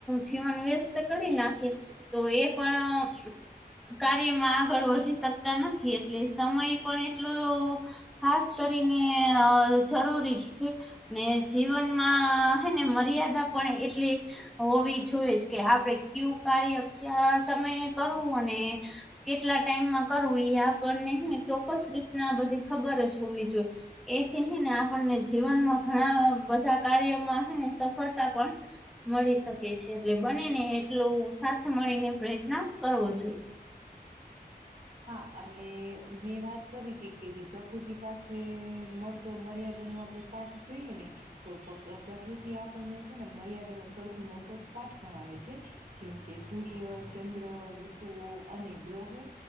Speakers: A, in the centre; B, on the right.
A: જીવન વ્યસ્ત કરી નાખે. તો એ પણ અહ કાર્યમાં આગળ વ ધી શકતા નથી એટલે સમય પણ એટલો ખાસ કરીને અહ જરૂરી છે. ને જીવનમાં હે ને મર્યાદા પણ એટલી હોવી જોઈએ જ કે આપડે કયુ કાર્ય ક્યા સમયે કરવું ને કેટલા ટાઈમમાં કરવું એ આપણને હે ને ચોક્કસ રીતના આ બધી ખબર જ હોવી જોઈએ. એથી છે ને આપણને જીવનમાં ઘણા બધા કાર્યમાં હે ને સફળતા પણ મળી શ કે છે એટલે બનેને એટલુ સાથે મળીને પ્રયત્ન કરવો જોઈએ.
B: હા અને મેં વાત કરી તી કે જે પ્રકૃતિ પાસે મળતો મર્યાદાનો આપડે પાઠ જોઈએ ને તો પ્ર પ્રકૃતિ આપણને છે ને મર્યાદાનો સૌથી મોટો પાઠ ભણાવ છે. જેમ કે સૂર્ય, ચંદ્ર, ઋતુઓ અને ગ્રહો